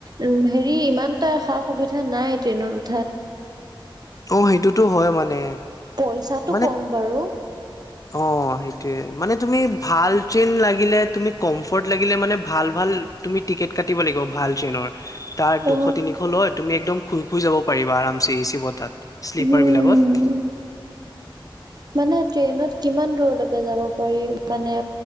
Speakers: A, on the right (about 45°); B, on the left (about 40°).
A: উ হেৰি ইমান এটা সা- সুবিধা নাই ট্ৰেইনত উঠাত।
B: অ সেইটোতো হয় মানে
A: পইছাটো
B: মানে
A: ক'ম বাৰু।
B: অ সেইটোয়ে মানে তুমি ভাল চেন লাগিলে তুমি কমফৰ্ট লাগিলে মানে ভাল ভাল ভাল তুমি টিকেট কাটিব লাগিব ভাল ট্ৰেইনৰ। তাৰ
A: অ
B: দুশ তিনিশ লয় তুমি একদম শুই শুই যাব পাৰিবা আৰামচে এি ছি বতা'ত শ্লীপাৰ
A: উম
B: বিলাকত।
A: মানে ট্ৰেইনত কিমান দূৰলৈকে যাব পাৰি মানে